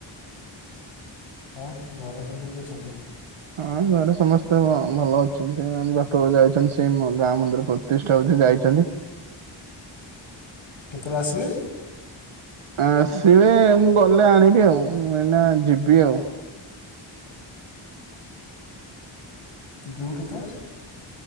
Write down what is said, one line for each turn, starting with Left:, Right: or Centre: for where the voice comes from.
Left: ଆଉ ଘରେ ସବୁ କେମିତି ଅଛନ୍ତି।
Right: ହଁ ଘରେ ସମସ୍ତେ ଭ ଭଲ ଅଛନ୍ତି ଆଜି ବାପ ଯାଇଚନ୍ତି। ସେ ମୋ ଗାଁ ମନ୍ଦିର ପ୍ରତିଷ୍ଠା ହଉଛି ଯାଇଚନ୍ତି।
Left: କେତେବେଳେ ଆସିବେ?
Right: ଆ ସିଏ ମୁଁ ଗଲେ ଆଣିବି ଆଉ ଉଁ ମୁଁ ଏଇନା ଯିବି ଆଉ।
Left: ତୁ ଯିବୁ କେତେବେଳେ।